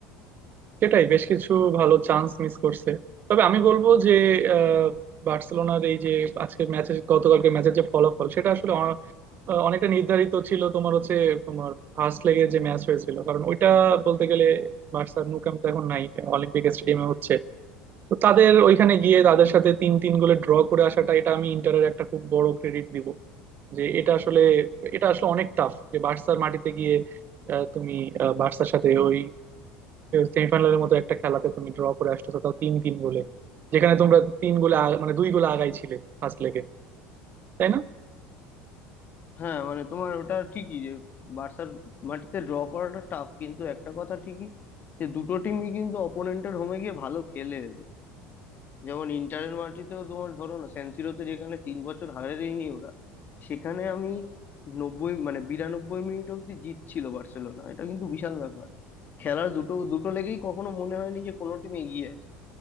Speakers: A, on the right (about 40°); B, on the left (about 40°).
A: সেটাই বেশ কিছু ভালো চান্স মিস করছে তবে আমি বলবো যে আহ, বার্সেলোনার এই যে আজকের ম্যাচের গতকালকে ম্যাচের যে ফলাফল সেটা আসলে অ- আহ, অনেকটা নির্ধারিত ছিল তোমার হচ্ছে তোমার ফার্স্ট লেগে যে ম্যাচ হয়েছিল কারণ ওইটা বলতে গেলে বার্সার ন্যু ক্যাম্প তো এখন নাই অলিম্পিক স্টেডিয়ামে হচ্ছে তো তাদের ওইখানে গিয়ে তাদের সাথে তিন তিন গোলে ড্র করে আসাটা এটা আমি ইন্টারের একটা খুব বড় ক্রেডিট দিব যে এটা আসলে এটা আসলে অনেক টাফ যে বার্সার মাটিতে গিয়ে আহ, তুমি আহ, বার্সার সাথে ওই সেমিফাইনালের মতো একটা খেলাতে তুমি ড্র করে আসতেছো তাও তিন তিন গোলে যেখানে তোমরা তিন গোলে আগ- মানে দুই গোলে আগাই ছিলে ফার্স্ট লেগে তাই না
B: হ্যাঁ মানে তোমার ওটা ঠিকই যে বার্সার মাটিতে ড্র করাটা টাফ কিন্তু একটা কথা ঠিকই যে দুটো টিমই কিন্তু অপোনেন্টের হোমে গিয়ে ভালো খেলে এলো। যেমন ইন্টারের মাটিতেও তোমার ধরো না সেনসিরোতে যেখানে তিন বছর হারে দেয়নি ওরা সেখানে আমি নব্বই মানে বিরানব্বই মিনিট অব্দি জিতছিল বার্সেলোনা এটা কিন্তু বিশাল ব্যাপার খেলার দুটো দুটো লেগেই কখনো মনে হয়নি যে কোনো টিম এগিয়ে আছে